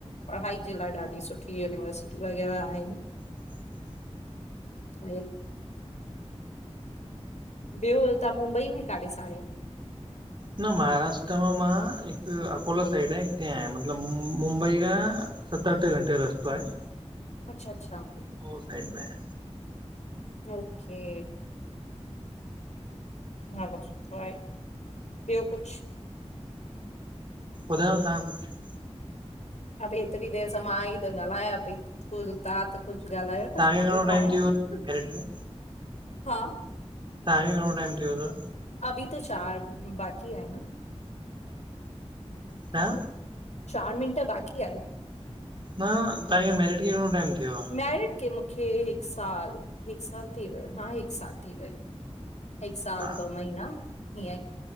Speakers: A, on the left; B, on the right.
A: पढ़ाई जे लाइ ॾाढी सुठी यूनिवर्सिटी वग़ैरह आहे।
B: <inaudible>
A: हूं। ॿियो <unintelligible> तव्हां मुंबई में काॾे सां आहियो?
B: न महाराष्ट्र में मां हिकु अकोला साइड हते आहियां मतलब मुंबई खां सत अठ घंटे जो रस्तो आहे।
A: अच्छा अच्छा।
B: उहो साइड में आ।
A: ओके! हा भाऊ सुठो आहे। ॿियो कुझु?
B: ॿुधायो तव्हां कुझु।
A: अ भ हेतिरी देरि त मां ई त ॻाल्हायां पई <unintelligible> तव्हां त! कुझु ॻाल्हायो न
B: तव्हांखे
A: कुझु
B: घणो
A: ॿुधायां
B: टाइम
A: हुं
B: थी वियो
A: ह
B: मैरिड खे
A: हा!
B: तव्हांखे घणो टाइम थियो तव्?
A: अभी त चार बाक़ी आहे न
B: छा?
A: चार मिन्ट बाक़ी आहिन।
B: न तव्हा खे मैरिड के गणों टाइम थीयो आ?
A: मेरिड के मूंखे हिकु साल! हिकु साल थी वियो हा हिकु साल थी वियो। हिकु साल
B: आहे
A: ॿ महीना हीअं ई।